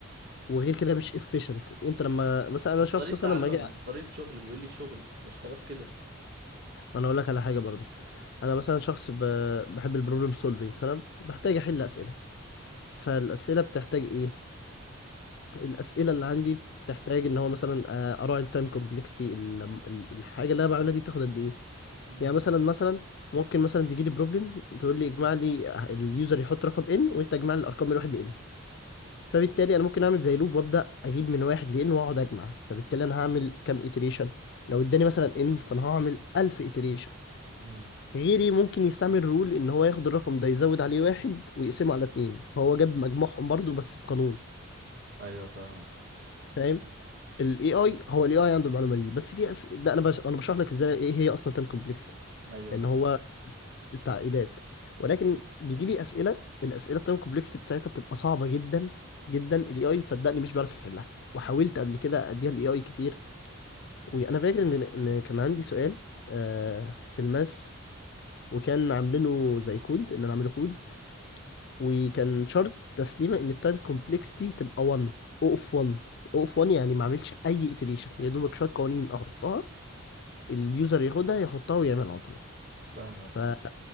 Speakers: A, on the left; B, on the right.
A: وغير كده مش efficient انت لما مثلا انا
B: مش
A: شخص
B: طريقة
A: مثلا
B: تعلم
A: لما اجي
B: طريقة شغل بيقول لي شغل بشتغل كده
A: ما انا اقول لك على حاجه برضو انا مثلا شخص ب... بحب البروبلم سولفينج فانا بحتاج احل اسئله فالاسئله بتحتاج ايه الاسئله اللي عندي بتحتاج ان هو مثلا آه، اراعي التايم كومبلكسيتي الحاجه اللي انا بعملها دي بتاخد قد ايه
B: مم.
A: يعني مثلا مثلا ممكن مثلا تجي لي بروبلم تقول لي اجمع لي آه، اليوزر يحط رقم ان وانت اجمع لي الارقام من واحد لان فبالتالي انا ممكن اعمل زي لوب وابدا اجيب من واحد لان واقعد اجمع فبالتالي انا هعمل كام اتريشن لو اداني مثلا ان فانا هعمل 1000 اتريشن
B: مم.
A: غيري ممكن يستعمل رول ان هو ياخد الرقم ده يزود عليه واحد ويقسمه على اتنين فهو جاب مجموعهم برضو بس بقانون
B: ايوه فاهمك
A: فاهم الاي اي هو الاي اي عنده المعلومه دي بس في أس... ده انا بش... انا بشرح لك ازاي ايه هي اصلا تايم كومبلكسيتي
B: ايوه
A: ان
B: تمام
A: هو التعقيدات ولكن بيجي لي اسئله الاسئله التايم كومبلكسيتي بتاعتها بتبقى صعبه جدا جدا الاي اي صدقني مش بيعرف يحلها وحاولت قبل كده اديها الاي اي كتير
B: مم.
A: وانا فاكر ان ان كان عندي سؤال آه في الماس وكان عاملينه زي كود ان انا اعمله كود وكان شرط تسليمه ان التايم كومبلكسيتي تبقى 1 او اوف 1 او اوف 1 يعني ما عملتش اي iteration يا دوبك شويه قوانين احطها اليوزر ياخدها يحطها ويعمل على طول
B: فاهمك
A: فا
B: اه